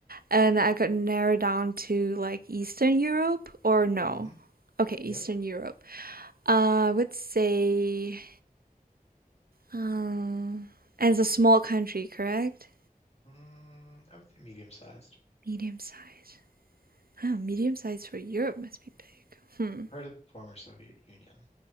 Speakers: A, on the right; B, on the left.
A: and I could narrow down to like Eastern Europe or no.
B: Mm-hmm.
A: Okay, Eastern
B: Yep.
A: Europe. Uh, I would say, um, and it's a small country, correct?
B: Mm, I would say medium-sized.
A: Medium size. Oh, medium size for Europe must be big. Hmm.
B: Part of the former Soviet Union.